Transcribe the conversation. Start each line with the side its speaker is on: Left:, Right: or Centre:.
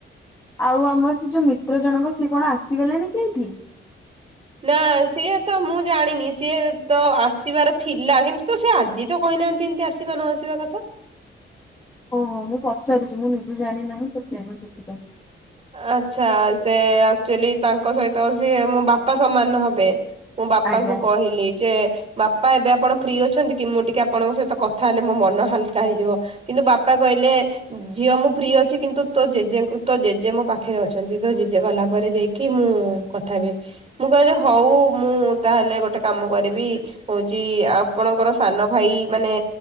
Left: ଆଉ ଆମର ସେ ଯୋଉ ମିତ୍ର ଜଣକ ସିଏ କଣ ଆସିଗଲେଣି କି ଏଇଠି।
Right: ନା ସିଏ ତ ମୁଁ ଜାଣିନି ସିଏ ତ ଆସିବାର ଥିଲା କିନ୍ତୁ ତ ସେ ଆଜି ଯିଏ ତ କହିନାହାନ୍ତି ଏମିତି ଆସିବା ନ ଆସିବା କଥା।
Left: ଓହୋ ମୁଁ ପଚାରୁଛି ମୁଁ ନିଜେ ଜାଣି ନାହିଁ ତ ତେଣୁ ସେଥିପାଇଁ।
Right: ଆଚ୍ଛା ସେ ଆକ୍ଚୁଆଲି ତାଙ୍କ ସହିତ ସିଏ ମୋ ବାପା ସମାନ ହବେ। ମୁଁ ବାପାଙ୍କୁ
Left: ଆଜ୍ଞା
Right: କହିଲି ଯେ ବାପା ଏବେ ଆପଣ ଫ୍ରି ଅଛନ୍ତି କି ମୁଁ ଟିକେ ଆପଣଙ୍କ ସହିତ କଥା ହେଲେ ମୋ ମନ ହାଲ୍କା ହେଇଯିବ।। କିନ୍ତୁ ବାପା କହିଲେ ଝିଅ ମୁଁ ଫ୍ରି ଅଛି କିନ୍ତୁ ତୋ ଜେଜେ ଙ୍କୁ ତ ଜେଜେ ଜେ ମୋ ପାଖରେ ଅଛନ୍ତି ତ ଜେଜେ ଗଲା ପରେ ଯାଇକି ମୁଁ କଥାହେବି ମୁଁ କହିଲି ହଉ ମୁଁ ତାହେଲେ ଗୋଟେ କାମ କରିବି। ହଉଛି ଆପଣଙ୍କର ସାନ ଭାଇ ମାନେ।